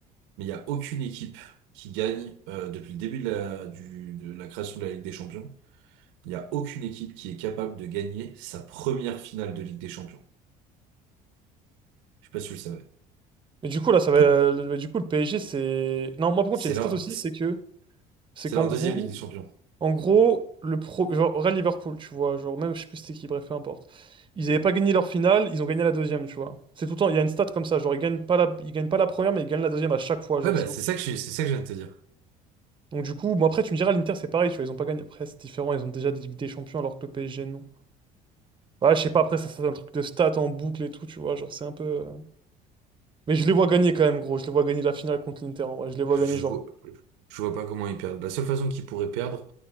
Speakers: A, on the right; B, on the right.
A: mais il y a aucune équipe qui gagne, euh, depuis le début de la, du, de la création de la Ligue des Champions Il n'y a aucune équipe qui est capable de gagner sa première finale de Ligue des Champions. Je sais pas si tu le savais.
B: Mais du coup, là, ça va.
A: Tout-
B: mais du coup, le PSG, c'est. Non, moi, par contre,
A: C'est
B: il y a une stat
A: leur,
B: aussi, c'est que C'est
A: c'est
B: qu'en
A: leur
B: gros,
A: deuxième Ligue des Champions.
B: en gros, le pro, genre Real Liverpool, tu vois, genre même, je sais plus c'était qui, bref, peu importe. Ils n'avaient pas gagné leur finale, ils ont gagné la deuxième, tu vois. C'est tout le temps, il y a une stat comme ça, genre ils gagnent pas la, ils gagnent pas la première, mais ils gagnent la deuxième à chaque fois, genre
A: Ouais, bah,
B: c'est
A: c'est
B: obligé.
A: ça que je, c'est ça que je viens de te dire.
B: Donc du coup, bon après tu me diras, l'Inter c'est pareil, tu vois, ils ont pas gagné, après c'est différent, ils ont déjà des Ligues des Champions alors que le PSG non. Ouais, je sais pas, après ça c'est un truc de stats en boucle et tout, tu vois, genre c'est un peu... euh, Mais je les vois gagner quand même, gros, je les vois gagner la finale contre l'Inter, en vrai, je les vois
A: Je,
B: gagner
A: je
B: genre...
A: vois, je vois pas comment ils perdent. La seule façon qu'ils pourraient perdre,